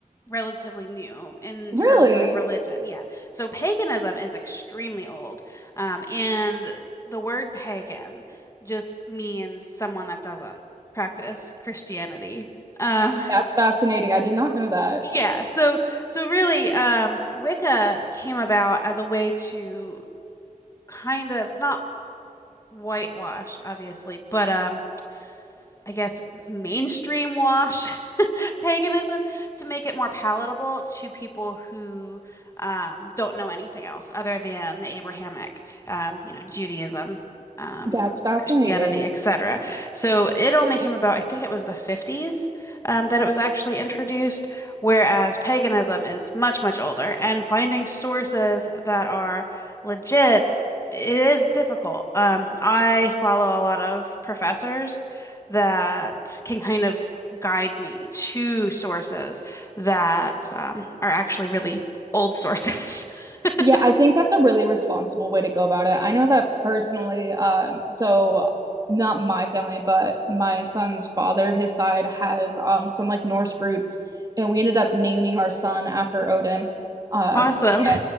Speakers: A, on the left; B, on the right.
A: relatively new in
B: Really?
A: terms of religion. Yeah. So paganism is extremely old. Um and the word pagan just means someone that doesn't practice Christianity. Um
B: That's fascinating. I did not know that.
A: <laughs> yeah, so so really, um, Wicca came about as a way to kind of not whitewash, obviously, but um I guess, mainstream wash <laughs> paganism to make it more palatable to people who um, don't know anything else other than the Abrahamic, um, you know, Judaism, um,
B: That's fascinating.
A: Christianity, etc. So it only came about, I think it was the 50s um, that it was actually introduced, whereas paganism is much, much older. And finding sources that are legit, it is difficult. Um, I follow a lot of professors that can kind of guide me to sources that um, are actually really old sources. <laughs>
B: Yeah, I think that's a really responsible way to go about it. I know that personally, um, so not my family, but my son's father, his side has um some like Norse roots, and we ended up naming our son after Odin. Um,
A: Awesome.
B: and